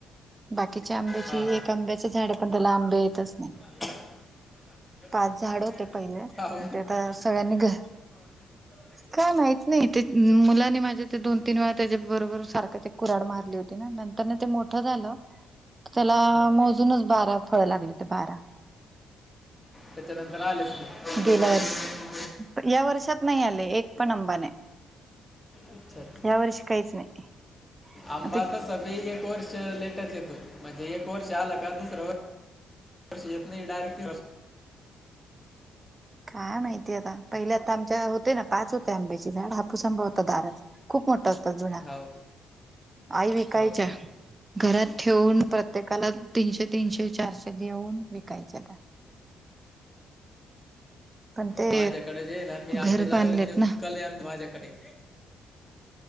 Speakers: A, on the right; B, in the centre.
A: बाकीच्या आंब्याची
B: हा
A: एक आंब्याच झाड पण त्याला आंबे येतच नाही.
B: <inaudible>
A: पाच झाड होते पहिले.
B: <unintelligible>
A: ते आता सगळ्यांनी घ काय माहत नाही ते मुलाने माझ्या ते दोन- तीन वेळा त्याच्या बरोबर सारखा ते एक कुराड मारली होती ना. त्यां ते मोठं झालं त्याला
B: हा
A: मोजूनच बारा फळ लागले ते बारा <inaudible>
B: त्याच्या नंतर आलेच नाहीत.
A: गेल्या वर्षी या वर्षात नाही आले. एक पण अंबा नाही.
B: अच्छा अच्छा
A: या वर्षी काहीच नाही.
B: आंबा
A: आता
B: तसा बी एक वर्ष लेटच येतो म्हणजे एक वर्ष आलं का दुसरं वर्ष येत नाही. डायरेक्ट
A: काय माहितीय आता. पहिल्या आता आमच्या होते ना पाच होते आंब्याचे झाड. हापूस आंबा होता दारात खूप मोठा होता जुना.
B: हो
A: आई विकायच्या.
B: हो
A: घरात ठेवून प्रत्येकाला तीनशे-तीनशे, चारशे देऊन विकायच्या. पण ते
B: माझ्याकडे जाे ना मी
A: घर
B: आंबे लावले
A: बांधलेत ना
B: कल आंब माझ्याकडे. क